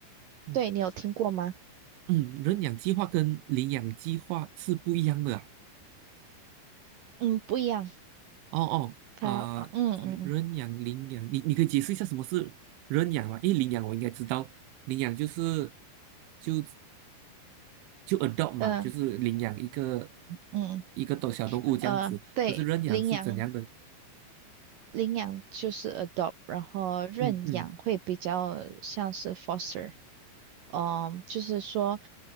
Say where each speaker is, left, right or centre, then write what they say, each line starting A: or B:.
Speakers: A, on the right; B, on the right.
A: 嗯
B: 对，你有听过吗？
A: 嗯，认养计划跟领养计划是不一样的啊。
B: 嗯，不一样。
A: 哦哦啊，
B: 它，啊嗯嗯
A: 认养领养，你你可以解释一下什么是认养吗？因为领养我应该知道，领养就是就就 adopt 嘛，
B: 嗯，
A: 就是领养一个
B: 呃，嗯
A: 一个动小动物这样子。
B: 呃，对，
A: 可是认养是怎样的？
B: 领养。领养就是 adopt，然后认养会比较像是
A: 嗯嗯
B: foster。嗯，就是说。